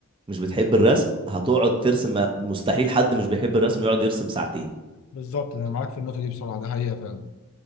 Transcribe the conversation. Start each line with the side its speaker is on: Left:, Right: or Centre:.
Right: مش بتحب الرسم هتقعد ترسم مستحيل حد مش بيحب الرسم يقعد يرسم ساعتين
Left: بالظبط انا معاك في النقطه دي بصراحه ده حقيقه فعلا